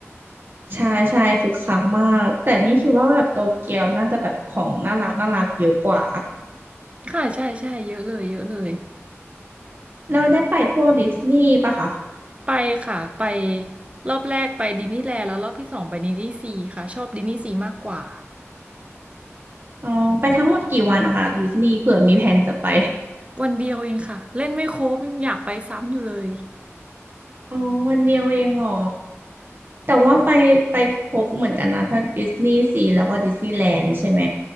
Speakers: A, on the right; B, on the right.
A: ใช่ใช่คือคักมากแต่นี่คิดว่าแบบโตเกียวน่าจะแบบของน่ารักน่ารักเยอะกว่า
B: ค่ะใช่ใช่เยอะเลยเยอะเลย
A: แล้วได้ไปพวกดิสนีย์ปะคะ
B: ไปค่ะไปรอบแรกไปดิสนีย์แลนด์แล้วรอบที่สองไปดิสนีย์ซีค่ะชอบดิสนีย์ซีมากกว่า
A: อ๋อไปทั้งหมดกี่วันนะคะดิสนีย์เผื่อมีแผนจะไป
B: วันเดียวเองค่ะเล่นไม่ครบยังอยากไปซ้ำอยู่เลย
A: อ๋อวันเดียวเองเหรอแต่ว่าไปไปครบเหมือนกันนะทั้งดิสนีย์ซีแล้วก็ดิสนีย์แลนด์ใช่ไหม